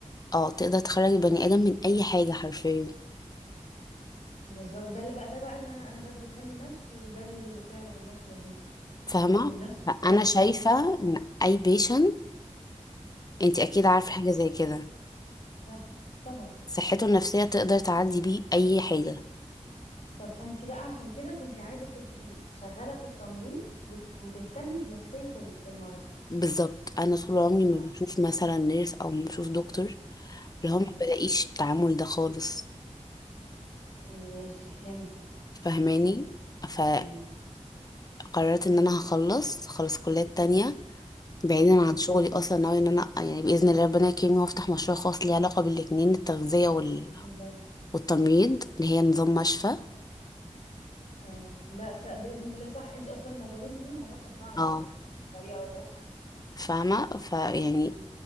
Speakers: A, on the left; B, on the left.
A: اه تقدر تخرج البني ادم من اي حاجه حرفيا
B: بالظبط ده اللي بقى ده بقى ان انا انا بدرس علم نفس وده اللي فعلا ماشيه بيه
A: فاهمه
B: علم النفس فعلا
A: انا
B: مهم
A: شايفه
B: جدا
A: ان اي بيشنت انت اكيد عارفه
B: آه،
A: حاجه زي كده
B: صح طبعا
A: صحته النفسيه تقدر تعدي بيه اي حاجه
B: طب فانت بقى عشان كده كنت عايزه تبقي شغاله في التمريض وت... وتهتمي بنفسيه ال- المرضى
A: بالظبط انا طول عمري ما
B: آه.
A: بشوف مثلا نيرس او ما بشوف دكتور اللي
B: مم.
A: هو ما بلاقيش التعامل ده خالص
B: ماشي فهمتك
A: فاهماني
B: اه
A: فلا
B: مم.
A: قررت ان انا هخلص خلص كليات تانية بعيدا
B: مم.
A: عن شغلي اصلا ناوي ان انا يعني باذن الله ربنا يكرمني وافتح مشروع خاص ليه علاقه بالاتنين التغذيه وال...
B: باذن الله
A: والتمريض اللي هي نظام مشفى
B: اه لا س... باذن الله صح انت اصلا مجالين ليهم علاقه ببعض
A: اه
B: يعني بطريقه او باخرى
A: فاهمه فيعني
B: نعم.